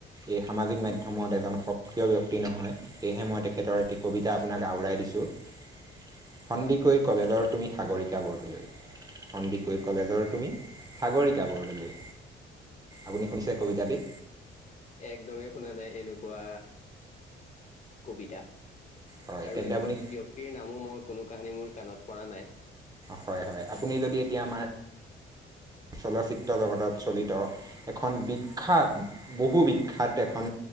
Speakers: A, on the right; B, on the left.
A: এই সামাজিক মাধ্যমত এজন সক্ৰিয় ব্যক্তি নহয়, সেয়েহে মই তেখেতৰ এটি কবিতা আপোনাক আওৰাই দিছোঁ। টো সন্দিকৈ
B: হয়।
A: কলেজৰ তুমি সাগৰিকা বৰদলৈ। সন্দিকৈ কলেজৰ তুমি সাগৰিকা বৰদলৈ। আপুনি শুনিছে কবিতা তি?
B: একদমেই শুনা নাই এনেকুৱা কবিতা।
A: হয়
B: আৰু
A: তেন্তে
B: এনেকুৱা
A: আপুনি
B: ব্যক্তিৰ নামো মই কোনো কাহানী মোৰ কাণত পৰা নাই।
A: হয় হয়, আপুনি যদি এতিয়া আমাৰ চলচ্চিত্ৰ জগতত চলিত এখন বিখ্যাত বহু বিখ্যাত এখন